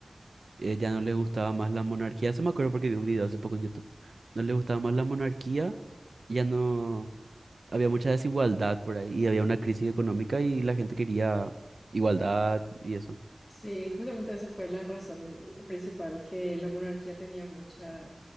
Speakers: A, on the right (about 75°); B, on the left (about 15°).
A: eh, ya no le gustaba más la monarquía. Eso me acuerdo porque vi un video hace poco en YouTube. No le gustaba más la monarquía, ya no había mucha desigualdad por ahí y había una crisis económica y la gente quería igualdad y eso.
B: Sí, justamente esa fue la razón principal, que la monarquía tenía mucha,